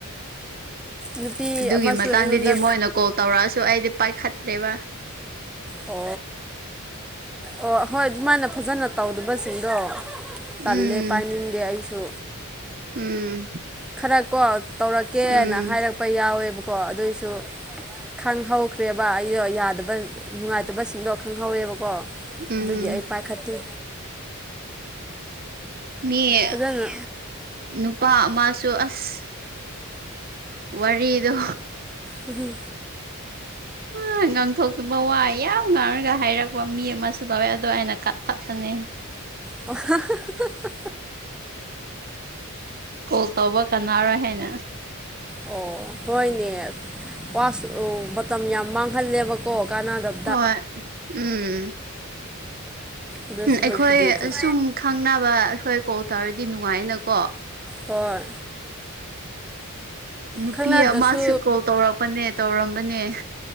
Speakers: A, in the centre; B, on the right.
A: ꯅꯨꯄꯤ
B: ꯑꯗꯨꯒꯤ
A: ꯑꯃꯁꯨ
B: ꯃꯇꯥꯡꯗꯗꯤ
A: ꯑꯩꯉꯣꯟꯗ
B: ꯃꯣꯏꯅ ꯀꯣꯜ ꯇꯧꯔꯛꯑꯁꯨ ꯑꯩꯗꯤ ꯄꯥꯏꯈꯠꯇ꯭ꯔꯦꯕ
A: ꯑꯣ ꯑꯣ ꯍꯣꯏ ꯑꯗꯨꯃꯥꯏꯅ ꯐꯖꯅ ꯇꯧꯗꯕꯁꯤꯡꯗꯣ
B: ꯎꯝ
A: ꯇꯜꯂꯦ ꯄꯥꯏꯅꯤꯡꯗꯦ ꯑꯩꯁꯨ
B: ꯎꯝ
A: ꯈꯔ ꯀꯣ ꯇꯧꯔꯛꯀꯦꯅ
B: ꯎꯝ
A: ꯍꯥꯏꯔꯛꯄ ꯌꯥꯎꯋꯦꯕꯀꯣ ꯑꯗꯨꯏꯁꯨ ꯈꯪꯍꯧꯈ꯭ꯔꯦꯕ ꯑꯩꯗꯣ ꯌꯥꯗꯕ ꯅꯨꯡꯉꯥꯏꯇꯕꯁꯤꯡꯗꯣ ꯈꯪꯍꯧꯋꯦꯕꯀꯣ ꯑꯗꯨꯗꯒꯤꯒꯤ
B: ꯎꯝ
A: ꯑꯩ ꯄꯥꯏ ꯈꯇ
B: ꯃꯤ
A: ꯑꯗꯨꯅ
B: ꯅꯨꯄꯥ ꯑꯃꯁꯨ ꯑꯁ ꯋꯥꯔꯤꯗꯣ
A: ꯍꯝ
B: ꯎ ꯑ ꯉꯥꯡꯊꯣꯛꯇꯕ ꯋꯥꯏ ꯌꯥꯝ ꯉꯥꯡꯔꯒ ꯍꯥꯏꯔꯛꯄ ꯃꯤ ꯑꯃꯁꯨ ꯂꯧꯋꯦ ꯑꯗꯣ ꯑꯩꯅ ꯀꯠꯊꯠꯄꯅꯤ
A: ꯍꯥ ꯍ ꯍꯥ
B: ꯀꯣꯜ ꯇꯧꯕ ꯀꯅꯥꯅꯔꯣꯏ ꯍꯥꯏꯅ
A: ꯑꯣ ꯍꯣꯏꯅꯦ ꯄꯁ ꯃꯇꯝ ꯌꯥꯝ ꯃꯥꯡꯍꯜꯂꯦꯕꯀꯣ ꯀꯥꯟꯅꯗꯕ
B: ꯍꯣꯏ ꯎꯝ
A: ꯑꯗꯨ ꯁꯔꯨꯛꯄꯨꯗꯤ
B: ꯑꯩꯈꯣꯏ
A: ꯈꯛ
B: ꯁꯨꯝ ꯈꯪꯅꯕ ꯑꯩꯈꯣꯏ ꯀꯣꯜ ꯇꯧꯔꯗꯤ ꯅꯨꯡꯉꯥꯏꯅꯀꯣ
A: ꯍꯣꯏ
B: ꯅꯨꯄꯤ
A: ꯈꯪꯅꯗ꯭ꯔꯁꯨ
B: ꯑꯃꯁꯨ ꯀꯣꯜ ꯇꯧꯔꯛꯄꯅꯦ ꯇꯧꯔꯝꯕꯅꯦ